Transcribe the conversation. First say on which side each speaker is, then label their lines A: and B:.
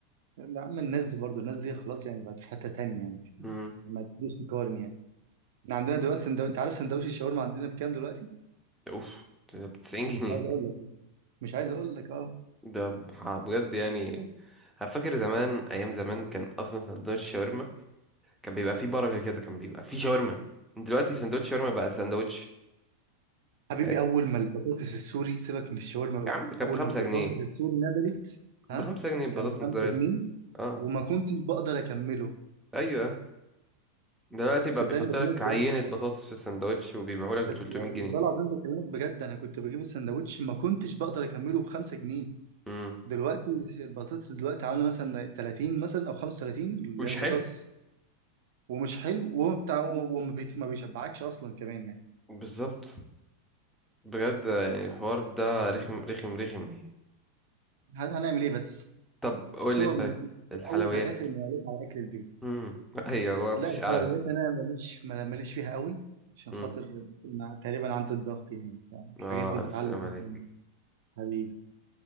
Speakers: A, on the right (about 65°); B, in the centre.
A: يا عم الناس دي برضو الناس دي خلاص يعني بقت في حتة تانية يعني يعني
B: امم
A: ما تقدرش تقارن يعني احنا عندنا دلوقتي سندو... انت عارف سندوتش الشاورما عندنا بكام دلوقتي؟
B: اوف ده ب 90
A: مش
B: جنيه
A: عايز اقول لك يعني. مش عايز اقول لك اه
B: ده ب- بجد يعني فاكر زمان ايام زمان كان اصلا سندوتش شاورما كان بيبقى فيه بركه كده كان بيبقى فيه شاورما دلوقتي سندوتش شاورما بقى سندوتش
A: حبيبي
B: فاهم؟
A: اول ما البطاطس السوري سيبك من الشاورما
B: يا عم
A: بقى
B: ده كان
A: اول
B: بخمسة
A: ما البطاطس
B: جنيه
A: السوري نزلت
B: بخمسة
A: ها
B: جنيه بطاطس
A: كان ب
B: متضربة
A: 5 جنيه
B: اه
A: وما كنتش بقدر اكمله
B: ايوه دلوقتي
A: صدقني
B: بقى بيحط
A: بكلمك
B: لك
A: بجد
B: عينه بطاطس في السندوتش وبيبيعه لك
A: صد...
B: ب 300
A: و-
B: جنيه
A: والله العظيم بكلمك بجد انا كنت بجيب السندوتش ما كنتش بقدر اكمله ب 5 جنيه
B: امم
A: دلوقتي البطاطس دلوقتي عامله مثلا 30 مثلا او 35 اللي
B: ومش
A: هي البطاطس
B: حلو
A: ومش حلو وما بتاع وما
B: مم.
A: بيك- ما بيشبعكش اصلا كمان يعني
B: بالظبط بجد يعني الحوار ده رخم رخم رخم يعني.
A: ه- هنعمل ايه بس
B: طب قول
A: بس
B: لي
A: هو م-
B: طيب
A: في
B: الحلويات
A: الاول وفي الاخر ماليش على اكل البيت
B: امم ايوه <laughs> هو مفيش
A: لا الحلويات
B: قعده
A: انا ماليش ما- ماليش فيها قوي عشان
B: امم
A: خاطر أنا تقريبا عندي الضغط يعني فالحاجات
B: اه
A: دي بتعلي
B: الف سلام
A: الضغط
B: عليك
A: من حبيبي